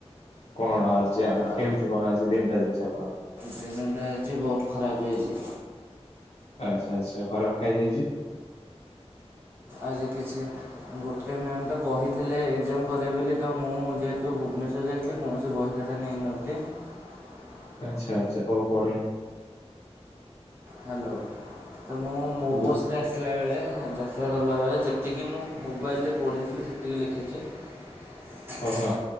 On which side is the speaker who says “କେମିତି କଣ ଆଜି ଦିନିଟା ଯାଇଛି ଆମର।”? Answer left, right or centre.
Left